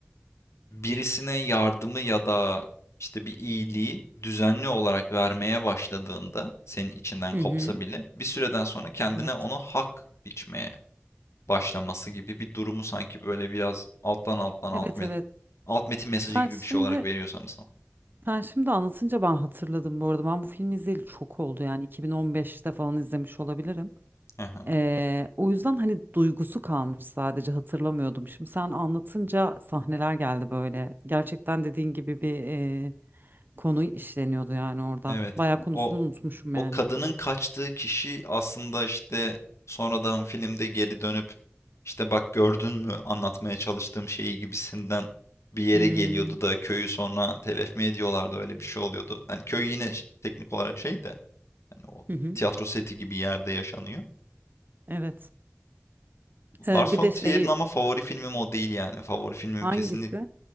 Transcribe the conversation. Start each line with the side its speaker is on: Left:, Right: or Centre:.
Left: birisine yardımı ya da işte bir iyiliği düzenli olarak vermeye başladığında senin içinden
Right: Hı
Left: kopsa
Right: hı.
Left: bile bir süreden sonra kendine
Right: Evet.
Left: onu hak biçmeye başlaması gibi bir durumu sanki böyle biraz alttan alttan alt
Right: Evet,
Left: met
Right: evet.
Left: alt metin mesajı
Right: Sen
Left: gibi bir şey
Right: şimdi
Left: olarak veriyor sanırsam.
Right: sen şimdi anlatınca ben hatırladım bu arada. Ben bu filmi izleyeli çok oldu yani 2015'te falan izlemiş olabilirim.
Left: Hı hı.
Right: Ee, o yüzden hani duygusu kalmış sadece hatırlamıyordum. Şimdi sen anlatınca sahneler geldi böyle. Gerçekten dediğin gibi bir e, konu işleniyordu yani orada.
Left: Evet.
Right: Bayağı konusunu
Left: O
Right: unutmuşum
Left: o
Right: yani.
Left: kadının kaçtığı kişi aslında işte sonradan filmde geri dönüp işte bak gördün mü anlatmaya çalıştığım şeyi gibisinden bir yere
Right: Hmm.
Left: geliyordu da köyü sonra telef mi ediyorlardı öyle bir şey oluyordu. Hani köy yine ş- teknik olarak şey de hani o
Right: Hı hı.
Left: tiyatro seti gibi yerde yaşanıyor.
Right: Evet. Ee,
Left: Lars
Right: bir
Left: von
Right: de
Left: Trier'in
Right: şeyi
Left: ama favori filmim o değil yani. Favori filmim
Right: hangisi?
Left: kesinlikle